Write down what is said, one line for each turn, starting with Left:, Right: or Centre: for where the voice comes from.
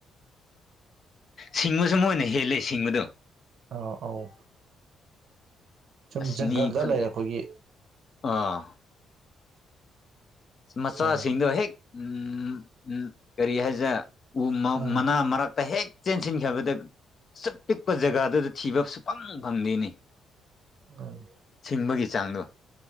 Left: ꯁꯤꯡꯕꯁꯨ ꯃꯣꯏꯅ ꯍꯦꯜꯂꯦ ꯁꯤꯡꯕꯗꯣ
Right: ꯑꯥ ꯑꯧ ꯁꯨꯝ
Left: ꯑꯁ
Right: ꯖꯪꯒꯜꯗ
Left: ꯃꯤ ꯈꯨꯟꯖꯦ
Right: ꯂꯩꯔꯛꯄꯒꯤ
Left: ꯑꯥ ꯃꯆꯥꯁꯤꯡꯗꯣ
Right: ꯑꯗꯨꯅ
Left: ꯍꯦꯛ ꯎꯝ ꯎꯝ ꯀꯔꯤ ꯍꯥꯏꯁꯤꯔ ꯎ
Right: ꯑꯥ
Left: ꯃꯅꯥ ꯃꯔꯛꯇ ꯍꯦꯛ ꯆꯦꯟꯁꯤꯟꯈꯤꯕꯗ ꯁꯨꯛ ꯄꯤꯛꯄ ꯖꯒꯥꯗꯨꯗ ꯊꯤꯕ ꯁꯨꯛꯐꯪ ꯐꯪꯗꯦꯅꯤ
Right: <unintelligible>
Left: ꯊꯤꯡꯕꯒꯤ ꯆꯥꯡꯗꯨ